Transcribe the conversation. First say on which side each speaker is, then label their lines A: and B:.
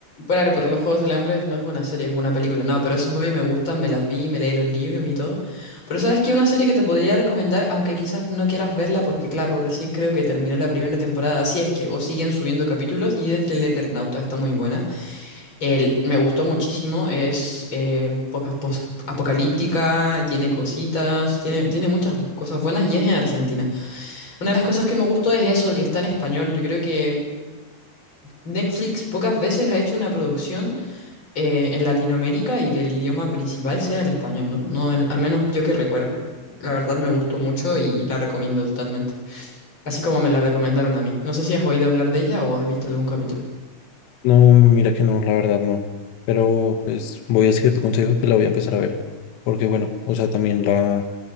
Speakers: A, on the left (about 25°); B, on the left (about 85°).
A: Claro, pero los Juegos del Hambre no es una serie, es una película. No, pero esos obvio me gustan, me las vi, me leí los libros y todo. Pero sabes que una serie que te podría recomendar, aunque quizás no quieras verla, porque claro, recién creo que terminó la primera temporada, así es que, o siguen subiendo capítulos, y desde el Eternauta está muy buena. El, me gustó muchísimo, es eh, pocas cosas apocalíptica, tiene cositas, tiene, tiene muchas cosas buenas y es en Argentina. Una de las cosas que me gustó es eso, que está en español. Yo creo que Netflix pocas veces ha hecho una producción eh, en Latinoamérica y que el idioma principal sea el español, ¿no? No, el- al menos yo que recuerde. La verdad me gustó mucho y la recomiendo totalmente. Así como me la recomendaron a mí. No sé si has oído hablar de ella o has visto algún capítulo.
B: No, mira que no, la verdad no. Pero pues voy a seguir tu consejo que la voy a empezar a ver. Porque bueno, o sea, también la,